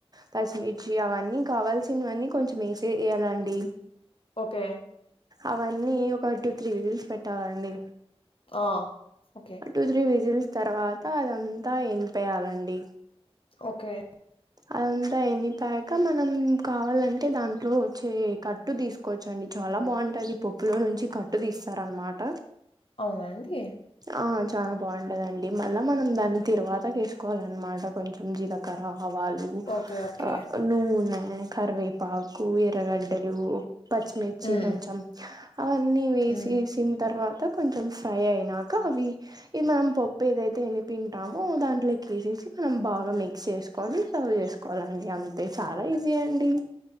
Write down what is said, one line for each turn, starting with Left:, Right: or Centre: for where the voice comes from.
Right: పచ్చిమిర్చి అవన్నీ కావల్సినవన్నీ కొంచెం ఏసే ఏయాలండి
Left: ఓకే
Right: అవన్నీ ఒక టూ త్రీ విజిల్స్ పెట్టాలండి
Left: ఆ ఓకే
Right: టూ త్రీ విజిల్స్ తర్వాత అదంతా ఎన్పేయాలండి
Left: ఓకే
Right: అదంతా ఎనిపాక మనం కావాలంటే దాంట్లో వచ్చే కట్ తీసుకోచ్చండి చాలా బావుంటది పప్పులో నుంచి కట్టు తీసారన్మాట
Left: అవునండి
Right: ఆ చాలా బావుంటదండి మళ్ళా మనం దాన్ని తిర్వాత కేసుకోవాలన్మాట కొంచెం జీలకర్ర ఆవాలు
Left: ఓకే. ఓకే.
Right: అ నూనె కరివేపాకు ఎర్రగడ్డలు పచ్చిమిర్చి
Left: హ్మ్.
Right: కొంచెం అవన్నీ వేసేసిన్
Left: హ్మ్.
Right: తర్వాత కొంచెం ఫ్రై అయినాక అవి ఇ మనం పప్పు ఏదైతే ఎనిపింటామో దాంట్లోకి ఏసేసి మనం బాగా మిక్స్ చేసు కొని సర్వ్ చేసుకోవాలండి అంతే చాలా ఈజీ అండి